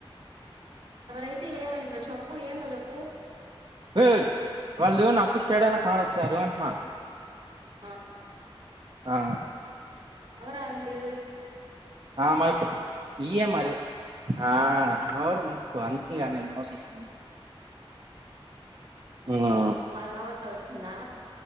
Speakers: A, on the right; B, on the right.
A: ఎవరైతే ఏమైందో చెప్పు ఏందో చెప్పు
B: ఏ వాళ్ళు నాకు స్టేడయంలా కానోచ్చారు అంటునా
A: అ
B: ఆ
A: ఎవరానండి
B: ఆ మరికొ ఇఎ మరి ఆ నోరు మూసుకో అందుకేగా నే నోరు ముూసుకుంది ఉ ఆ
A: మళ్ళవర్తో వచ్చిందా